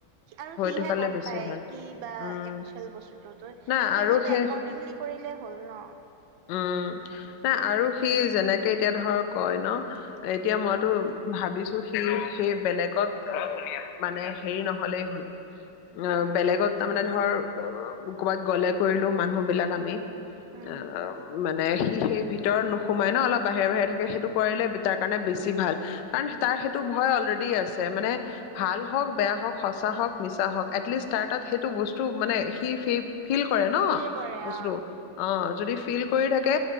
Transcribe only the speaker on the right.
আৰু সিহে
গম
পায়
কি বা
একচুৱেল বস্তুটো ত',
সেইমতে
একৰ্ডিংলি কৰিলেই হ'ল ন',।
উম
উম
উম উম
উম
উম
উম
ফিল কৰে
অ